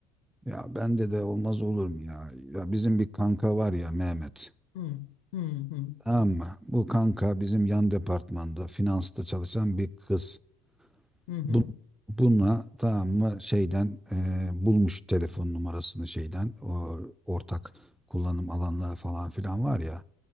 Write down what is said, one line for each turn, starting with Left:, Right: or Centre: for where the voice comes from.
Centre: ya bende de olmaz olur mu ya ya bizim bir kanka var ya Mehmet
Left: Hı hı hı
Centre: Tamam mı? Bu kanka bizim yan departmanda finansta çalışan bir kız.
Left: hı hı.
Centre: Bu,
Left: hı.
Centre: buna tamam mı şeyden e, bulmuş telefon numarasını şeyden o ortak kullanım alanları falan filan var ya.